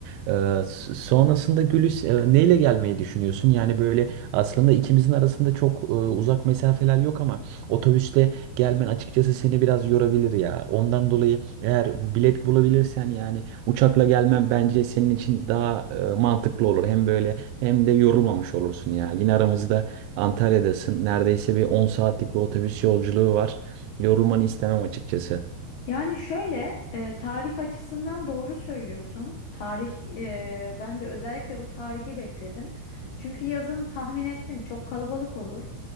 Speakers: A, on the right; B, on the left.
A: E, s- sonrasında Gülis e, neyle gelmeyi düşünüyorsun? Yani böyle aslında ikimizin arasında çok e, uzak mesafeler yok ama otobüsle gelmen açıkçası seni biraz yorabilir ya. Ondan dolayı eğer bilet bulabilirsen yani uçakla gelmen bence senin için daha e, mantıklı olur. Hem böyle hem de yorulmamış olursun ya. Yine aramızda Antalya'dasın. Neredeyse bir 10 saatlik bir otobüs yolculuğu var. Yorulmanı istemem açıkçası.
B: Yani şöyle e, tarih açısından doğru söylüyorsun. Tarih e, ben de özellikle bu tarihi bekledim. Çünkü yazın tahmin ettim çok kalabalık olur.